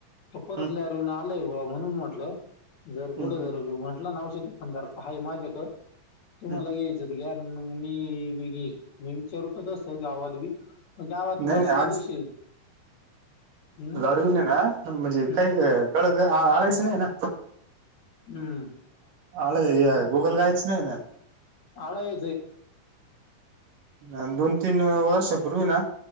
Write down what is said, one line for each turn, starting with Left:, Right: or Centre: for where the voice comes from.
Left: ते परतल्या
Right: हम्म
Left: नवीन आलय बुवा म्हणून म्हटलं जर कुठं
Right: हम्म हम्म
Left: जरभी म्हटलं ना औषध दुकानदार हाय माझ्याकडं तुम्हाला
Right: हम्म
Left: घ्यायचं घ्या. मग मी बी मी विचारतच तस गावात बी गावात
Right: नाही
Left: मला
Right: नाही
Left: त्या
Right: आज
Left: दिवशी हम्म
Right: <inaudible> ना म्हणजे
Left: हम्म
Right: काही गळ आळायचं नाही ना?
Left: हम्म!
Right: आळ हे गुगलगाय असते ना
Left: आळय.
Right: अन् दोन तीन वर्षा पूर्वी ना